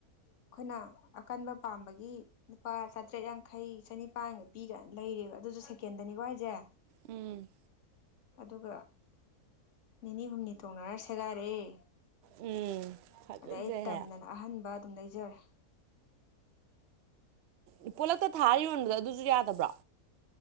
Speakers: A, on the left; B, on the right.
A: ꯑꯩꯈꯣꯏꯅ ꯑꯀꯟꯕ ꯄꯥꯝꯕꯒꯤ ꯂꯨꯄꯥ ꯆꯥꯇ꯭ꯔꯦꯠ ꯌꯥꯡꯈꯩ ꯆꯅꯤꯄꯥꯟꯒ ꯄꯤꯒ ꯂꯩꯔꯦ ꯑꯗꯨꯁꯨ ꯁꯦꯀꯦꯟꯗꯅꯤꯀ ꯍꯥꯏꯁꯦ
B: ꯎꯝ
A: ꯑꯗꯨꯒ ꯅꯤꯅꯤ ꯍꯨꯝꯅꯤ ꯇꯣꯡꯅꯔ ꯁꯦꯒꯥꯏꯔꯑꯦ
B: ꯎꯝ ꯐꯖꯖꯩꯍꯦ
A: ꯑꯗꯩ ꯑꯩ ꯇꯟꯗꯅ ꯑꯍꯟꯕ ꯑꯗꯨꯝ ꯂꯩꯖꯔꯦ
B: ꯎꯝ ꯄꯣꯂꯛꯇ ꯊꯥꯔꯌꫭꯟꯕꯗꫭ ꯑꯗꯨꯁꯨ ꯌꯥꯗꯕ꯭ꯔꯣ